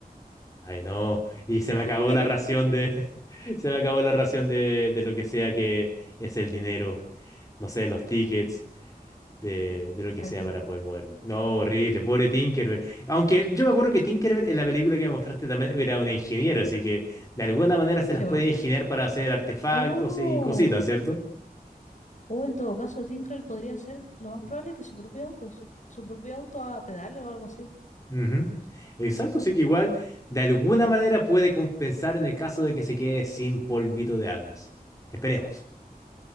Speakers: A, on the left; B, on the left.
A: Ay, no. Y se me acabó
B: <laughs>
A: la ración de. <laughs> Se me acabó la ración de, de lo que sea que es el dinero. No sé, los tickets, de, de lo
B: Exacto.
A: que sea para poder moverme. No, horrible. Pobre Tinkerbell. Aunque yo me acuerdo que Tinkerbell en la película que me mostraste también era una ingeniera, así que de alguna manera se las
B: Sí, va.
A: puede ingeniar para hacer artefactos
B: Oh,
A: y cositas, ¿cierto?
B: o en todo caso, Tinkerbell podría ser lo más probable que su propio auto, su propio auto a pedales o algo así.
A: Ujú. Exacto, así que igual de alguna manera puede compensar en el caso de que se quede sin polvito de hadas. Esperemos.